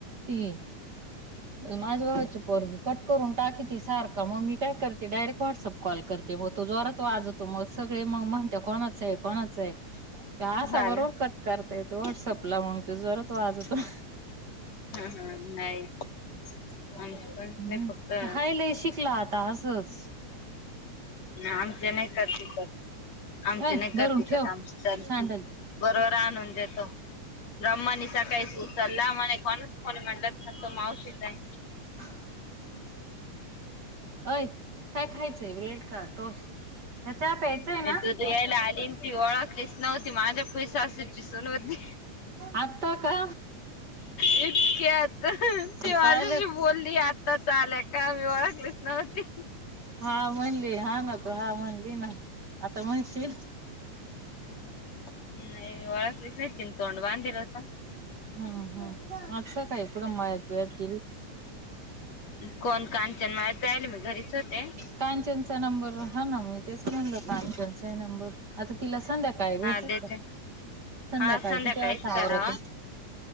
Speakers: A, on the right (about 40°); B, on the left (about 60°).
A: ती. माझ्या भावाची पोगी कट करून टाककी त सारख मग मी काय करते डायरेक्ट व्हॉट्सअप. कॉल करते मग तो जवर तो आजवतो मग सगळे मग म्हणते कोणाच आहे कोणाच आहे. ते आ बरोबर
B: हा ना
A: कट करता येत व्हॉट्सअपला म्हण ते जरात वाजतो
B: ह नाही आमचे पण नाही
A: हम्
B: फक्त नाही
A: हाय लय शिकला आता असच
B: ना आमचे नाही करते करत आमची
A: अय
B: नाही
A: धरून
B: करत
A: ठेव
B: कट आमची चालखी
A: सांडल ती
B: बरोबर आणून देतो ब्रह्मी सकाळी सु सलाम आणि कोण कोणी मंडत मण तो मवश काय
A: हा अय काय खायचंय ब्रेड का? टोस्ट? हा चहा प्यायचा आहे
B: मी
A: ना?
B: दूध घ्यायला आली न ती ओळखलीच नव्हती माझ्या फुई सासूची सून होती.
A: आता का,
B: इतक्यात, ते माझ्याशी
A: पाहिलं
B: बोलली आताच आल्या का? मी ओळखली च ना नमस्ते,
A: हा म हा ना तू हा म्हणली ना. आता म्हणशील,
B: हम् नाही ओळखलीच नाही तीन तोंड बाधलेल होतं.
A: हम्म हम् अच्छा काय इकडं मळ्यात बिळ्यात गेली.
B: कोण कानचन मळ्यात जाईली मी घरीच होते
A: कांचनचा नंबर हा ना मी तेच म्हणल कांचनचा आहे. नंबर आता तिला, संध्याकाळी
B: हा
A: भेटल
B: देते.
A: का? संध्याकाळी
B: हा संध्याकाळीच
A: किती वाजता
B: करावा
A: आवरत.